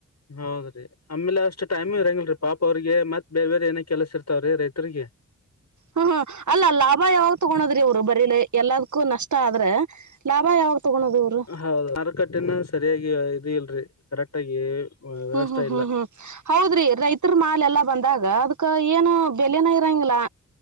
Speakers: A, on the left (about 55°); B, on the right (about 60°).
A: ಹೌದ್ರೀ ಆಮೇಲೆ ಅಷ್ಟ ಟೈಮು ಇರಂಗಿಲ್ಲರೀ ಪಾಪ ಅವ್ರಿಗೆ ಮತ್ತ ಬೇರೆ ಬೇರೆ ಏನೇ ಕೆಲಸ ಇರ್ತಾವ ರೀ ರೈತರಿಗೆ.
B: ಹು ಹು ಅಲ್ಲಾ ಲಾಭಾ ಯಾವಾಗ ತಗೋಳೋದ್ರಿ ಅವ್ರು ಬರೀಲಿ ಎಲ್ಲದಕ್ಕೂ ನಷ್ಟ ಆದ್ರೆ. ಲಾಭಾ ಯಾವಾಗ ತಗೋಳೋದು ಅವರು.
A: ಹೌದು ಮಾರುಕಟ್ಟೆನ ಸರಿಯಾಗಿ ಇದು ಇಲ್ರಿ ಕರೆಕ್ಟ್ ಆಗಿ. ವ್ಯವಸ್ಥೆ
B: ಹು ಹು ಹು
A: ಇಲ್ಲ
B: ಹು ಹೌದ್ರಿ ರೈತರ ಮಾಲ್ ಎಲ್ಲಾ ಬಂದಾಗ ಅದ್ ಕ್ಕ ಏನು ಬೆಲನ ಇರೋಂಗಿಲ್ಲಾ.